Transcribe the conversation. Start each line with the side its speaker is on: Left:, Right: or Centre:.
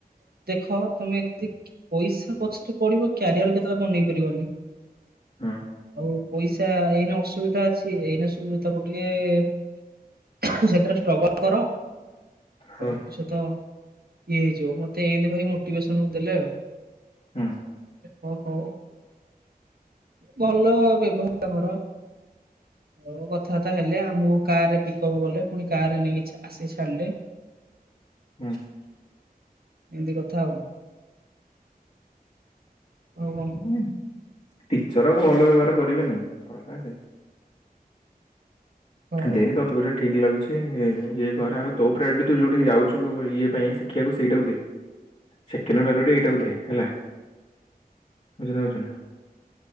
Right: ଦେଖ ତମେ ଏମିତି ପଇସା ପଛରେ ପଡିବ କ୍ୟାରିଅର କେତେବେଳେ ବନେଇ ପାରିବନି।
Left: ହୁଁ।
Right: ଆଉ ପଇସା ଏଇନେ ଅସୁବିଧା ଅଛି ଏଇନେ ସୁବିଧା ତାକୁ ଟିକେ ସେଥିରେ ଷ୍ଟ୍ରଗଲ କର
Left: ହୁଁ
Right: ଭବିଷ୍ୟତ ଇଏ ହେଇଯିବ ମତେ ଏମତି କହି ମୋଟିଭେ ଦେଲେ ଆଉ
Left: ହୁଁ।
Right: ହ ହ ଭଲ ବ୍ୟବହାର କର ଆ କଥାବାର୍ତ୍ତା ହେଲେ ଆମକୁ କାର ରେ ପିକଅପ୍ କଲେ ପୁଣି କାର ରେ ନେଇକି ଆସି ଛାଡିଲେ ଏମିତି
Left: ହୁଁ
Right: କଥା ହଉ ଓ।
Left: ହୁଁ, ଟିଚର ଆକୁ ଭଲ ବ୍ୟବହାର କରିବେନିିଲ ସେ
Right: କଣ
Left: ଦେଖି ତତେ କିଛ ଠିକ ଲାଗୁଛି। ଇଏ ଘରେ ଆଗ ତୋ ପ୍ରାୟ ତୁ ଯୋଉଠିକି ଯାଉଛୁ ଇଏ ପାଇଁ ଶିଖିବାକୁ ସେଇଟାକୁ ଦେ ସେକେଣ୍ଡ ଏଇଟା ବୋଧେ ହେଲା ବୁନ ବଛୁନ